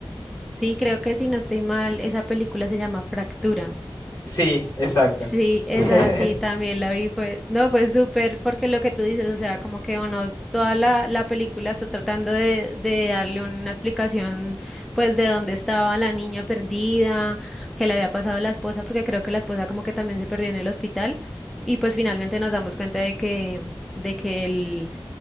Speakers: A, in the centre; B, on the left (about 40°).
A: Sí, creo que si no estoy mal, esa película se llama Fractura.
B: Sí, exacto.
A: Sí, esa
B: <laughs>
A: sí también la vi, fue, no, fue súper, porque lo que tú dices, o sea, como que uno, toda la, la película está tratando de, de darle una explicación, pues, de dónde estaba la niña perdida, que le había pasado a la esposa, porque creo que la esposa como que también se perdió en el hospital, y pues finalmente nos damos cuenta de que, de que el,